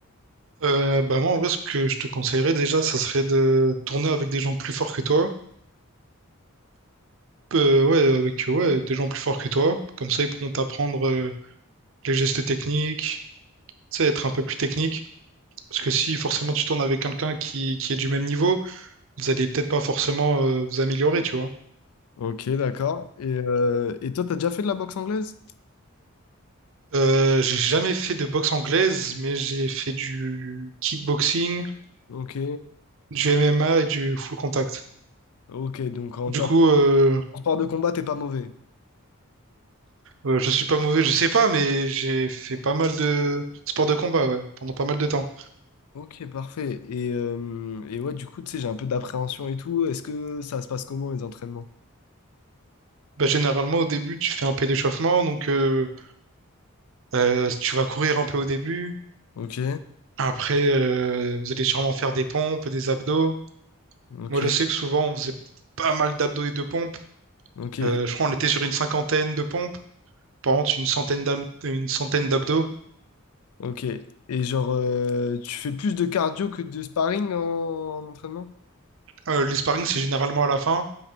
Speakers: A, on the right; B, on the left.
A: Euh, bah moi en vrai ce que je te conseillerais déjà ça serait de tourner avec des gens plus forts que toi Euh, ouais avec euh, ouais des gens plus forts que toi comme ça ils pourront t'apprendre euh, les gestes techniques tu sais être un peu plus technique parce que si forcément tu tournes avec quelqu'un qui, qui est du même niveau vous allez peut-être pas forcément euh, vous améliorer tu vois
B: Ok, d'accord. Et, euh, et toi, t'as déjà fait de la boxe anglaise?
A: Euh, j'ai jamais fait de boxe anglaise, mais j'ai fait du kickboxing,
B: Ok,
A: du MMA et du full contact.
B: ok. Donc, en
A: Du
B: termes
A: coup, euh,
B: de sport de combat, t'es pas mauvais.
A: euh, je suis pas mauvais, je sais pas, mais j'ai fait pas mal de sports de combat, ouais, pendant pas mal de temps.
B: Ok, parfait. Et, euh, et ouais, du coup, tu sais, j'ai un peu d'appréhension et tout. Est-ce que ça se passe comment, les entraînements?
A: Bah, généralement, au début, tu fais un peu d'échauffement, donc euh, euh, tu vas courir un peu au début.
B: Ok,
A: Après, euh, vous allez sûrement faire des pompes, des abdos.
B: ok,
A: Moi, je sais que souvent, on faisait pas mal d'abdos et de pompes.
B: ok.
A: Euh, je crois qu'on était sur une cinquantaine de pompes. Par contre, une centaine d'ab- une centaine d'abdos.
B: Ok. Et genre, euh, tu fais plus de cardio que de sparring en, en entraînement?
A: Euh, les sparring, c'est généralement à la fin.